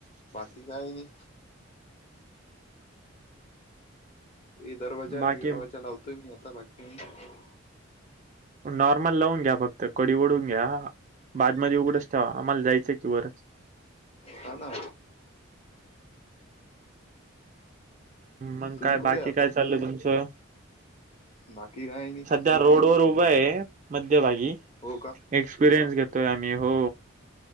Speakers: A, on the left; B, on the right.
A: बाकी काही नाही हे दरवाजा
B: बाकी
A: इरवाजा लावतोय मी आता बाकी नाई
B: नॉर्मल लावून घ्या फक्त कडी ओढून घ्या बादमध्ये उघडच ठेवा आम्हाला जायचंय की वरच
A: हा ना
B: मग
A: तुम्ही
B: काय
A: कुठे
B: बाकी
A: आता
B: काय चालल तुमचं
A: बाकी काय नी
B: त्या रोड वर उभा आहे मध्यभागी
A: हो का
B: एक्सपिरियन्स घेतोय आम्ही हो.